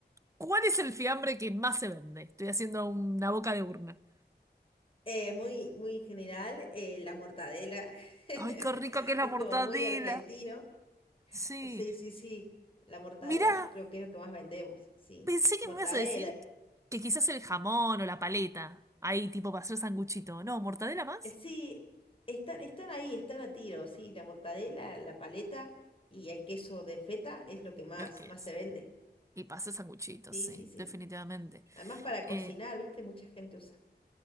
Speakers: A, on the right; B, on the left.
A: ¿cuál es el fiambre que más se vende? Estoy haciendo una boca de urna.
B: Eh, muy, muy general, eh, la mortadela
A: Ay,
B: <laughs>
A: qué rica que es la
B: es
A: mortadela.
B: como muy argentino.
A: Sí.
B: Sí, sí, sí. La mortadela
A: Mirá,
B: yo creo que es lo que más vendemos, sí.
A: pensé que
B: Mortadela.
A: me ibas a decir que quizás el jamón o la paleta. Ahí, tipo, para hacer sanguchito. No, mortadela más.
B: Eh, Sí, están, están ahí, están a tiro, sí. La mortadela, la paleta y el queso de feta es lo que más,
A: El que
B: más
A: es.
B: se vende.
A: Y para hacer sanguchito,
B: Sí,
A: sí,
B: sí, sí.
A: definitivamente.
B: Además para
A: Eh,
B: cocinar, ¿viste? Mucha gente usa.